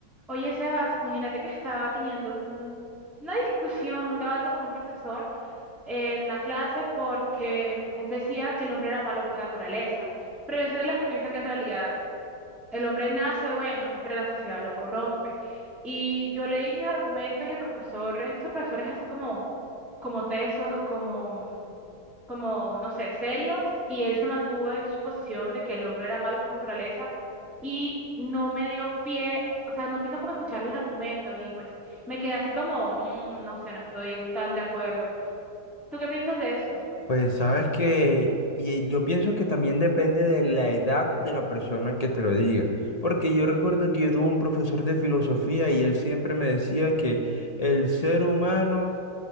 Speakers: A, in the centre; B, on the left.
A: Oye, Sebas, imagínate que estaba teniendo un- una discusión, un debate con un profesor en una clase porque él decía que el hombre era malo por naturaleza, pero yo soy de las que piensa que en realidad el hombre nace bueno, pero la sociedad lo corrompe. Y yo leí mis argumentos y el profesor es de esos profesores así como, como tesos, como como, no sé, serios y él se mantuvo en su posición de que el hombre era malo por naturaleza y no me dio pie, o sea, no quiso como escuchar mis argumentos y pues me quedé así como, "Mm, no sé, no estoy tan de acuerdo. ¿Tú qué piensas de eso?
B: Pues sabes que y yo pienso que también depende de la edad de la persona que te lo diga, porque yo recuerdo que yo tuve un profesor de filosofía y él siempre me decía que el ser humano,